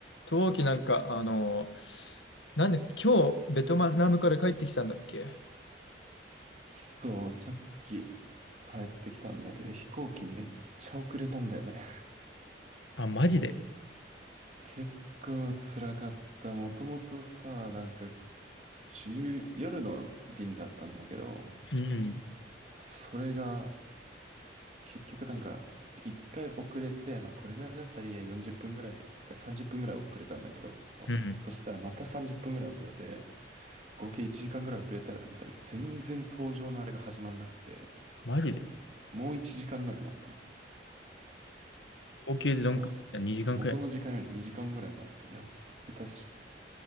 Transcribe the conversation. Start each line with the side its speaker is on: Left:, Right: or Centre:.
Left: 陶器なんか、あの、なんで、今日、ベトナムから帰ってきたんだっけ
Right: そう、さっき帰ってきたんだけど、飛行機めっちゃ遅れたんだよね。<laughs>
Left: あ、マジで
Right: 結構辛かった。もともとさ、なんか、1夜の便だったんだけど、
Left: うんうん。
Right: それが、結局なんか、一回遅れて、まあこれぐらいだったらいいや、40分ぐらいか30分ぐらい遅れたんだけど、
Left: うん
Right: そしたらまた30分ぐらい遅れて、合計1時間ぐらい遅れたやと思ったら、全然搭乗のあれが始まんなくて、
Left: マジで
Right: もう1時間ぐらい待ったもん。
Left: 合計でどんくらい
Right: だから、
Left: ?2 時間くらい。
Right: 元の時間より2時間ぐらい待ってやってたし、